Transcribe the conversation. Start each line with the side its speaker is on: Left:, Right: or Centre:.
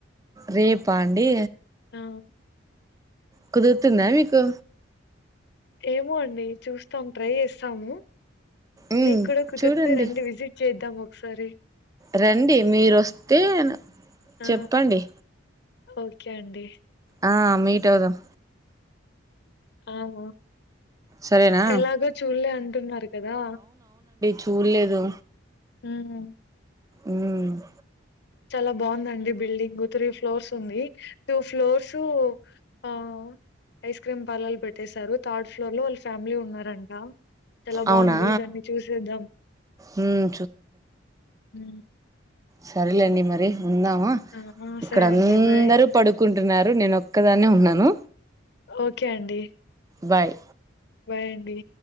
Right: రేపా అండి
Left: ఆ
Right: కుదురుతుందా మీకు
Left: ఏమో అండి చూస్తాం ట్రై చేస్తాము
Right: ఉమ్
Left: నీక్కూడా కుదిర్తే
Right: చూడండి
Left: రండి విసిట్ చేద్దాం ఒకసారి
Right: రండి మీరొస్తే
Left: ఆ
Right: చెప్పండి
Left: ఓకే అండి
Right: ఆ మీట్ అవుదాం
Left: ఆ ఆ
Right: సరేనా
Left: ఎలాగో చూల్లే అంటున్నారు కదా
Right: చూల్లేదూ
Left: ఉహు
Right: ఉమ్
Left: చాలా బావుందండి బిల్డింగు త్రీ ఫ్లోర్స్ ఉంది టూ ఫ్లోర్సూ ఆ ఐస్ క్రీమ్ పార్లర్లు పెట్టేేసారు థర్డ్ ఫ్లోర్లో వాల ఫ్యామిలీ ఉన్నారంట చాలా
Right: అవునా
Left: బాగుంది దాన్ని చూసేద్దాం
Right: మ్మ్
Left: ఊ
Right: సరేల్లేండి మరి ఉందామా
Left: ఆహా!
Right: ఇక్కడ్డందరూ
Left: సరే అండి. బాయ్.
Right: పడుకుంటున్నారు నేను ఒక్కదాన్నే ఉన్నాను
Left: ఓకే అండి
Right: బాయ్
Left: బాయ్ అండి